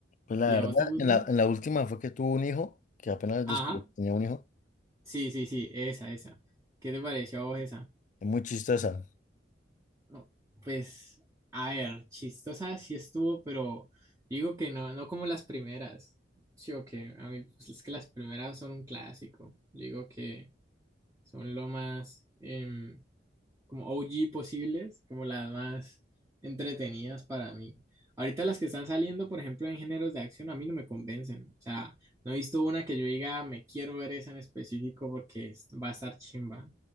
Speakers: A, on the left (about 45°); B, on the right (about 15°).
A: Pues la
B: ¿Y
A: verdad,
B: a vos te gustan?
A: en la, en la última fue que tuvo un hijo, que apenas
B: Ajá.
A: descubrió que tenía un hijo.
B: Sí, sí, sí, esa, esa. ¿Qué te pareció a vos esa?
A: Es muy chistosa.
B: No, Pues, a ver, chistosa sí estuvo, pero digo que no, no como las primeras. Sí, o que a mí, pues, es que las primeras son un clásico. Digo que son lo más, em, como OG posibles, como las más entretenidas para mí. Ahorita las que están saliendo, por ejemplo, en géneros de acción, a mí no me convencen. O sea, no he visto una que yo diga, me quiero ver esa en específico porque es- va a estar chimba.